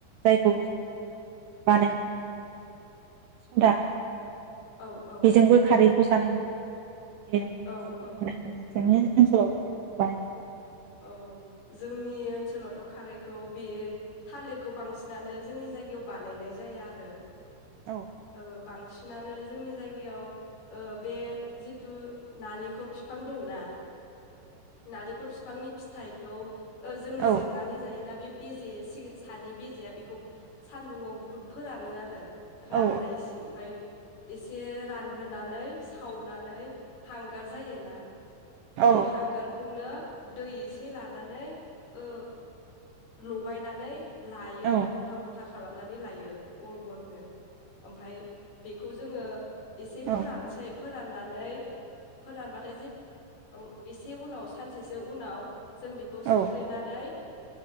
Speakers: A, on the right; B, on the left.
A: जायखौ जोङो बानायनाय जायो माबाजों सदा
B: औ औ
A: बेजोंबो खारैखौ जानाय मोनो आरो दे नोंथाङा
B: औ
A: एसे फोरमायना‌
B: औ
A: होदो नोंनि ओनसोलाव जानायखौ बानायनायखौ
B: औ जोंनि ओनसोलावथ' खारैखौ बे थालिर खौ बांसिनानो जोंनि जायगायाव बानायनाय जाया आरो
A: औ
B: ओ बां सिनानो जोंनि जायगायाव ओ बे जिथु नालिखर फिफां दंना नालिखर फि फांनि फिथाइखौ जों
A: औ
B: जिरनानै जायोना बे बेेजे सिं सानि बेजेआ बेखौ सान्दुङाव बुहुद फोरानो आरो राननायसिम
A: औ
B: ओमफाय एसे रानहोनानै सावनानै हांगार जायोना
A: औ
B: बे हांगारखौनो दै एसे लानानै ओ लगायनानै लायो
A: औ
B: आरो गथा गथा खालामनानै लायो गल गलनो ओमफाय बेखौ जोङो एसे फोरानोसै
A: औ
B: फोर फोराननानै फोरानबाथाय जे एसे उनाव सानसे सि गाआव जों बेखौ
A: औ
B: सिफ्रेनानै
A: औ